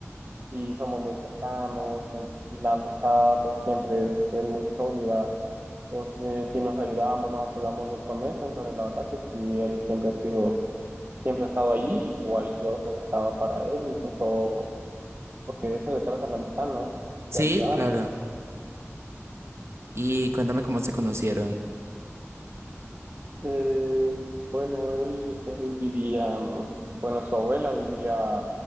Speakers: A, on the right (about 45°); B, on the right (about 65°).
A: Sí, somos muy cercanos y la amistad pues siempre es, es muy sólida. Entonces, sí nos ayudamos, nos apoyamos mutuamente. Entonces, la verdad que sí, él siempre ha sido, siempre ha estado allí, igual yo siempre he estado para él, incluso porque de eso se trata la amistad, ¿no?
B: Sí,
A: De ayudar.
B: claro. Y cuéntame cómo se conocieron.
A: Eh, bueno, él, él vivía, mm, bueno, su abuela vivía